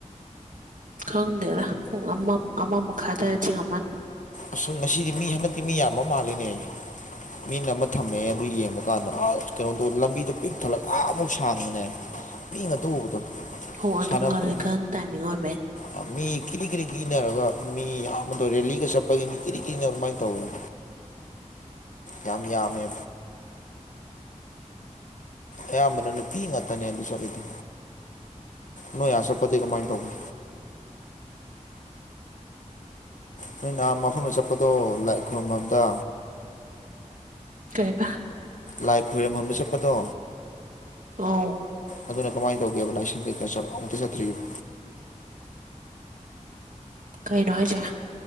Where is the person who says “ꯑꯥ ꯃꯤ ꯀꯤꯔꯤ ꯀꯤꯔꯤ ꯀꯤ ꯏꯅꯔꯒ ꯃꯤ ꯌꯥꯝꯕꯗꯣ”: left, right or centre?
Left